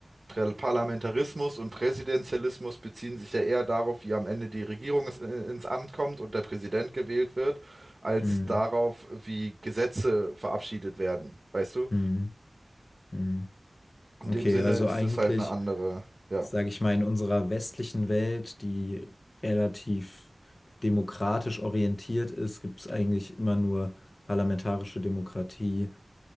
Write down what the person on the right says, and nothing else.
Prä- Parlamentarismus und Präsidentialismus beziehen sich ja eher darauf, wie am Ende die Regierung ins, ins Amt kommt und der Präsident gewählt wird, als
darauf, wie Gesetze verabschiedet werden, weißt du?
In
dem Sinne
ist
es halt eine andere, ja,